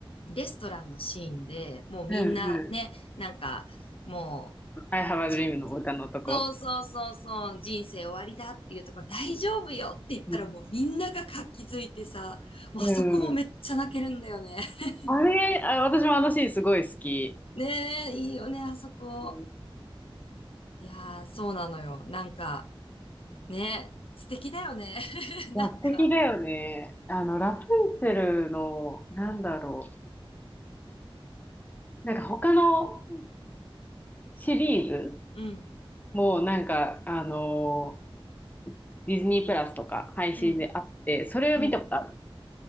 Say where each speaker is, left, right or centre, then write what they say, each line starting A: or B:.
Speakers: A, on the left; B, on the left.
A: レストランのシーンで、もうみんなね、
B: うんうん。
A: なんか、もう、
B: I have
A: じ、
B: a dream の歌のとこ。
A: そうそうそうそう、人生終わりだっていうところ、大丈夫よって言ったらもうみんなが活気づいてさ、
B: う
A: もうあそこもめっちゃ泣けるんだよね。
B: ん。うん
A: <laughs>
B: あれ、あ、私もあのシーンすごい好き。
A: ねえ、いいよね、あそこ。
B: うん
A: いやー、そうなのよ。なんか、ね、素敵だよね。<laughs> なんか、
B: いや、素敵だよね。あの、ラプンツェルの、なんだろう。なんか他のシリーズ
A: うん、
B: もなんか、あのディズニープラスとか配信であって、
A: うん、
B: それを見たことある。
A: うん。